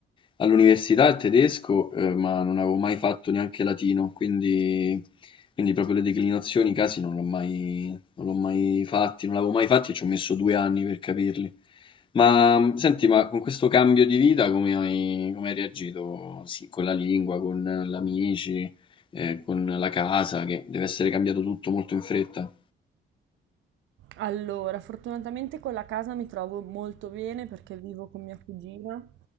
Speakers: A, on the left (about 25°); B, on the right (about 75°).
A: all'università il tedesco, eh, ma non avevo mai fatto neanche latino, quindi, quindi proprio le declinazioni, i casi non l'ho mai, non l'ho mai fatti, non l'avevo mai fatti e ci ho messo due anni per capirli. Ma senti, ma con questo cambio di vita come hai, come hai reagito? Sì, con la lingua, con gli amici, eh, con la casa, che deve essere cambiato tutto molto in fretta.
B: Allora, fortunatamente con la casa mi trovo molto bene perché vivo con mia cugina,